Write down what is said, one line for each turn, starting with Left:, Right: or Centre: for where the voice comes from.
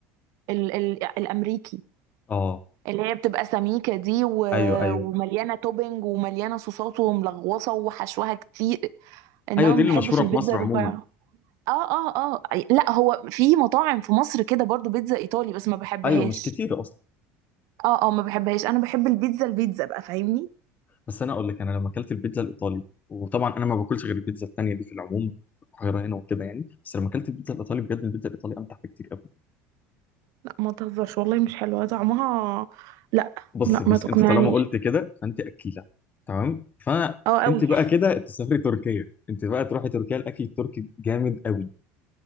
Right: ال... ال... الامريكي
Left: اه
Right: اللي هي بتبقى سميكه دي و...
Left: ايوه ايوه
Right: ومليانه توبينج ومليانه صوصات وملغوصه وحشوها كتير انما
Left: ايوه دي
Right: ما
Left: اللي
Right: بحبش
Left: مشهوره
Right: البيتزا
Left: في مصر
Right: الرفيعه
Left: عموما
Right: اه اه اه لا هو في مطاعم في مصر كده برضو بيتزا ايطالي بس ما بحبهاش
Left: ايوه مش كتير اصلا
Right: اه اه ما بحبهاش انا بحب البيتزا البيتزا بقى فاهمني
Left: بس انا اقول لك انا لما اكلت البيتزا الايطالي وطبعا انا ما باكلش غير البيتزا التانيه دي في العموم في القاهره هنا وكده يعني بس لما اكلت البيتزا الايطالي بجد البيتزا الايطالي امتع بكتير قوي
Right: لا ما تهزرش والله مش حلوه طعمها لا
Left: بصي
Right: لا
Left: بص
Right: ما تقنعنيش
Left: انت طالما قلت كده فانت اكيله تمام فانت
Right: اه قوي
Left: بقى كده تسافري تركيا انت بقى تروحي تركيا الاكل التركي جامد قوي